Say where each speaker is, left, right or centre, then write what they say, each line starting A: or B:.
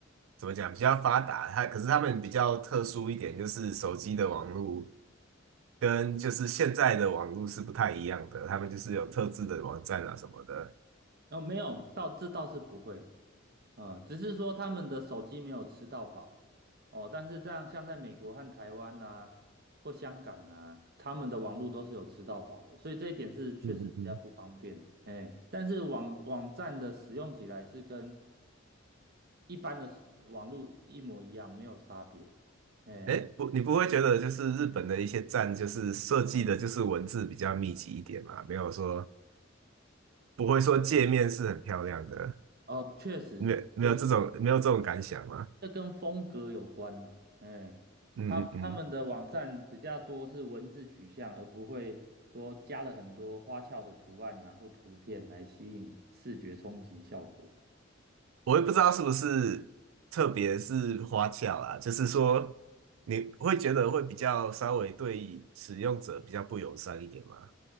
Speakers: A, on the right (about 80°); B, on the right (about 50°).
A: 怎么讲，比较发达。它可是他们比较特殊一点，就是手机的网络跟就是现在的网络是不太一样的，他们就是有特制的网站啊什么的。
B: 那没有，到这倒是不会，嗯，只是说他们的手机没有吃到饱。哦，但是这样像在美国和台湾呐，或香港啊，他们的网络都是有吃到饱的，所以这一点是确实比较不方便。
A: 嗯嗯嗯。
B: 哎，但是网网站的使用起来是跟一般的网络一模一样，没有差别。哎，
A: 哎，不，你不会觉得就是日本的一些站就是设计的，就是文字比较密集一点嘛？没有说不会说界面是很漂亮的。
B: 哦，确实确实，
A: 没有没有这种没有这种感想吗？
B: 这跟风格有关呐、哎，
A: 嗯嗯嗯，
B: 他他们的网站比较多是文字取向，而不会说加了很多花俏的图案呐或图片来吸引视觉冲击效果。
A: 我也不知道是不是，特别是花俏啊，就是说你会觉得会比较稍微对使用者比较不友善一点吗？